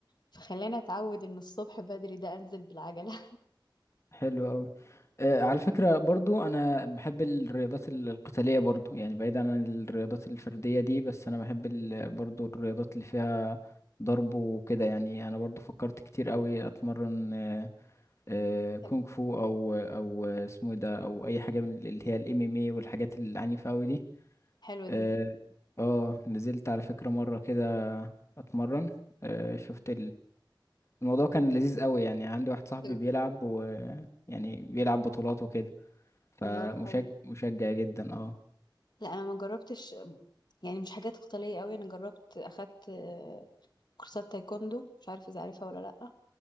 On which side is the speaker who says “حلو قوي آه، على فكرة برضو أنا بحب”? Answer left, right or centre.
Left